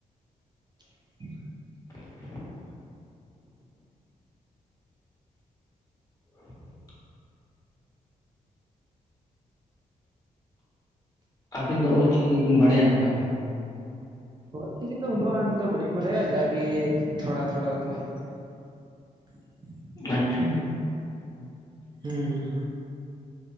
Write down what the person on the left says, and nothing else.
<unintelligible> <unintelligible> ᱟᱹᱵᱤᱱ ᱫᱚ ᱚᱞ ᱪᱤᱠᱤ ᱠᱚᱵᱤᱱ ᱵᱟᱲᱟᱭᱟ ᱥᱮ ᱵᱟᱝ?
ᱟᱪᱷᱟ᱾